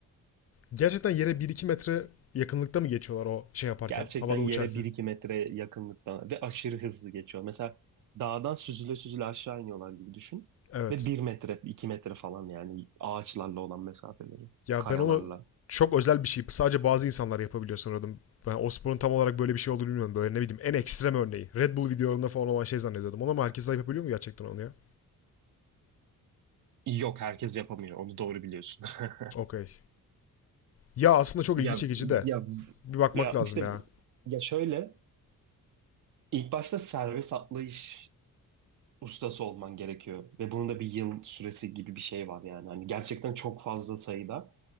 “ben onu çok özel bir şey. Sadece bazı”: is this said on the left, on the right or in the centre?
Left